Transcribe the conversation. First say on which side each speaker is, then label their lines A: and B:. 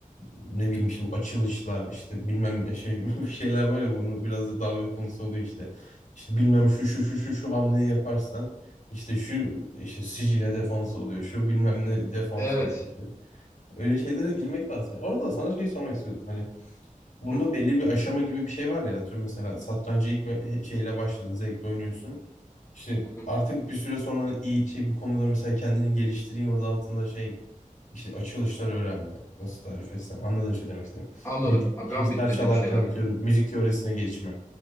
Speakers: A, on the left (about 65°); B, on the left (about 20°).
A: Ne bileyim işte bu açılışlar işte bilmem ne şey <laughs> bu şeyler var ya bunu biraz da dalga konusu oluyor işte. İşte bilmem şu şu şu şu şu hamleyi yaparsan işte şu işte sicile defans oluyor şu bilmem ne defans
B: Evet.
A: oluyor. Öyle şeylere girmek lazım. Orada sana şeyi sormak istiyordum. Hani
B: <laughs>
A: bunda
B: Hı
A: belli bir aşama gibi bir şey var ya. Atıyorum mesela satrancı ilk ve- şeyle başladın, zevkle oynuyorsun. İşte
B: hı hı.
A: artık bir süre sonra iyi şey bu konuda mesela kendini geliştireyim adı altında şey işte açılışlar öğrenme. Nasıl tarif etsem? Anladın işte demek istedim.
B: Anladım.
A: Müzik,
B: Gambit
A: gitar
B: dediğim
A: çalarken
B: şeyler.
A: atıyorum müzik teorisine geçme.